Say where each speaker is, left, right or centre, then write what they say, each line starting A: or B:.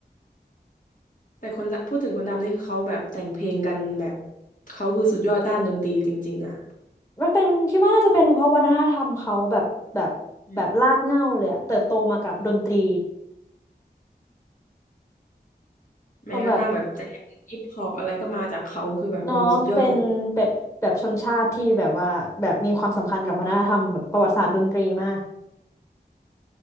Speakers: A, on the left; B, on the left.
A: แต่คนดำพูดถึงคนดำนี่คือเขาแบบแต่งเพลงกันแบบเขาคือสุดยอดด้านดนตรีจริงๆอ่ะ
B: มันเป็นคิดว่าน่าจะเป็นเพราะวัฒนธรรมเขาแบบแบบแบบรากเหง้าเลยอะเติบโตมากับดนตรี
A: อืม
B: เขาแบบ
A: แม้กระทั่งแบบแจ๊สฮิปฮอปอะไรก็มาจากเขาคือแบบเออสุดยอดจริง
B: เนาะเป็นแบบแบบชนชาติที่แบบว่าแบบมีความสำคัญกับวัฒนธรรมแบบประวัติศาสตร์ดนตรีมาก